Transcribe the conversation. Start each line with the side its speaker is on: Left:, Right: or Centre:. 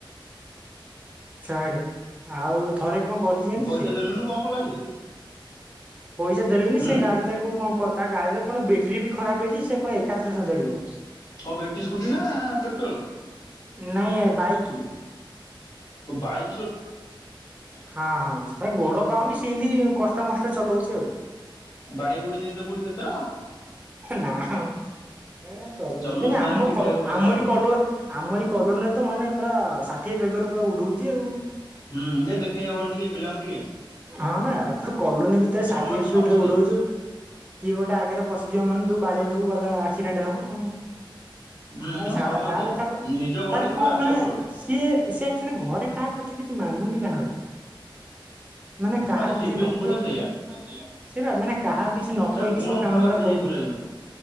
Right: ଛାଡ଼େ ଆଉ ଥରେ କଁ କରିଚି ଜାଣିଚୁ
Left: ପଇସା
Right: ସିଏ?
Left: ଦେଲୁନୁ କଣ କଲା ସେ?
Right: ପଇସା ଦେଲିନି
Left: ହୁଁ।
Right: ସେ ଗାଡ଼ି ତାକୁ କଁ କ ତା ଗାଡ଼ିରେ କଣ ବେଟରୀ ବି ଖରାପ ହେଇଚି ସେ କଁ ଏକାଥରେ ସଜାଡ଼ିବ।
Left: କ ବେଟରୀ ସ୍କୁଟି ନାଁ ପେଟ୍ରୋଲ୍?
Right: ନାଇଁ ଏ ବାଇକି।
Left: ଓ ବାଇ
Right: ହଁ ହଁ ହେ ଗୋଡ଼ ପାଉନି ସିଇଁତି କଷ୍ଟେମଷ୍ଟେ ଚଲଉଚି ଆଉ।
Left: ବାଡେଇ ବୁଡେଇ ଦିଅନ୍ତି କୋଉଠି କେତେଥର
Right: ନାଁ ଅ। ଏ ଚଲଉଚି
Left: ଚଲଉଛି
Right: କିନ୍ତୁ
Left: ତାହେଲେ
Right: ଆମ
Left: ଠିକ
Right: କ
Left: ଠାକ ଭଲ
Right: ଆମରି
Left: ଆଉ।
Right: କଲ ଆମରି କଲୋନୀରେ ତ ମାନେ ପୁରା ଷାଠିଏ ବେଗରେ ପୁରା ଉଡ଼ଉଚି ଆଉ।
Left: ହୁଁ ଯେ ଦେଖେଇ ହବନି ଟିକେ ପିଲାଙ୍କୁ ଟିକେ।
Right: ହଁ ବା ତୁ କଲୋନୀ ଭିତରେ ଷାଠିଏ
Left: ସମସ୍ତେ
Right: ସ୍ପିଡ଼୍
Left: ସମସ୍ତେ
Right: ରେ ଉଡ଼ଉଚୁ କିଏ ଗୋଟେ ଆଗେରେ ପଶିଯିବ ମାନେ ତୁ ବାଡ଼େଇ ଦବୁ ଗଲା ଆକ୍ସିଡେଣ୍ଟ୍ ହବ ପୁଣି
Left: ହୁଁ
Right: ଆ
Left: ହଁ
Right: ଛାଡ଼
Left: ସମସ୍ତେ
Right: ତା କଥା କ
Left: ନିଜ ଗଳିରେ
Right: ତାର
Left: ସବୁ
Right: କଁ
Left: ରାଜା
Right: ମାନେ
Left: ଗୋଟେ ଗୋଟେ
Right: ସିଏ ଏ ସେ ଆକ୍ଚୁଆଲି ଘରେ କାହା କଥା କିଛି ମାନୁନି କାହା କଥା। ମାନେ କାହାକୁ
Left: ଆରେ ସିବିଏସ୍ଇ
Right: କିଛି ନକହିକି
Left: ଛୁଆ ସେଇଆ
Right: ସେଇ ପା ମାନେ କାହାକୁ କିଛି ନ
Left: ତାଙ୍କ
Right: କହିକି
Left: ଗୁଣ
Right: ସବୁ କାମଉରା
Left: ଖରାପ ହେଇଯାଏ
Right: କରିିପକଉଚି।
Left: ପିଲାଦିନୁ